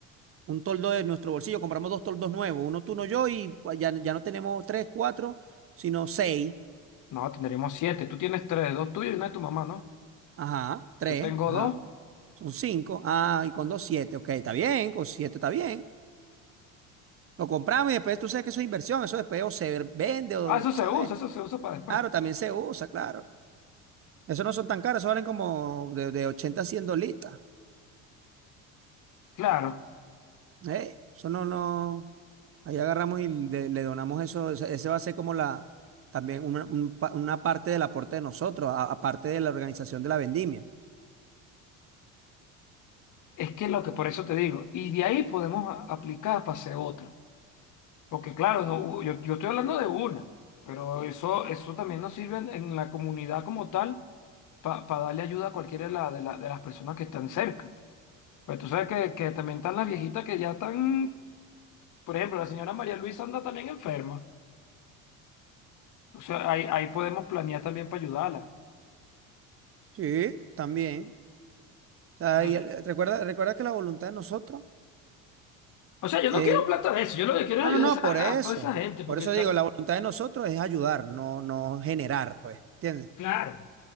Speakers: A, on the right (about 35°); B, on the left (about 45°).
A: Un toldo de nuestro bolsillo. Compramos dos toldos nuevos. Uno tú, uno yo y pues, ya, ya no tenemos tres, cuatro, sino seis.
B: No, tendríamos siete. Tú tienes tres, dos tuyos y una de tu mamá, ¿no?
A: Ajá, tres,
B: Yo tengo
A: ajá.
B: dos.
A: Son cinco. Ah, y con dos, siete. Ok, está bien. Con siete está bien. Lo compramos y después tú sabes que eso es inversión. Eso después o se vende o,
B: Ah, eso
A: ¿sabes?
B: se usa, eso se usa para después.
A: Claro, también se usa, claro. Eso no son tan caros, eso valen como de, de 80 a 100 dolitas.
B: Claro.
A: Eh, Eso no, no. Ahí agarramos y le, le donamos eso. Ese ese va a ser como la, también una, un pa- una parte del aporte de nosotros, a- aparte de la organización de la vendimia.
B: Es que lo que por eso te digo. Y de ahí podemos a- aplicar para hacer otra. Porque claro, no, yo, yo estoy hablando de una, pero eso, eso también nos sirve en, en la comunidad como tal para darle ayuda a cualquiera de, la- de, la- de las personas que están cerca. Pues tú sabes que, que también están las viejitas que ya están, por ejemplo, la señora María Luisa anda también enferma. O sea, ahí, ahí podemos planear también para ayudarla.
A: Sí, también. O sea,
B: Entonces,
A: y el- recuerda, recuerda que la voluntad de nosotros,
B: o sea, yo no
A: eh,
B: quiero plata de eso, yo lo que quiero
A: no,
B: es ayudar
A: no, no,
B: a, esa-
A: por eso.
B: a toda esa gente porque
A: Por eso
B: están...
A: digo, la voluntad de nosotros es ayudar, no, no generar, pues. ¿Entiendes?
B: Claro.